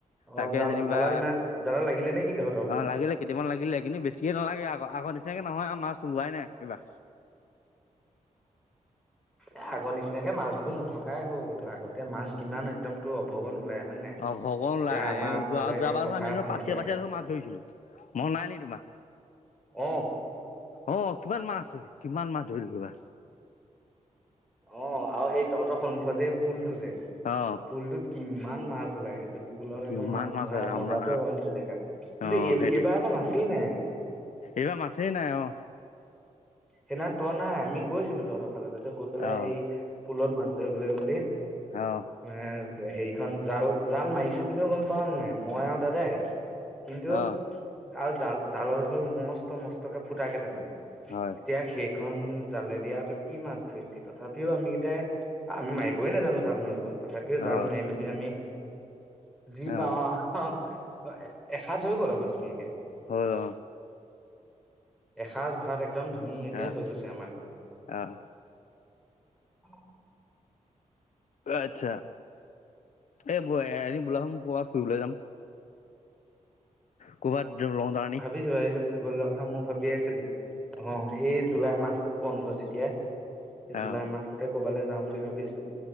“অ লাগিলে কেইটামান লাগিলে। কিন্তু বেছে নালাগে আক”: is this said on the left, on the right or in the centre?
Left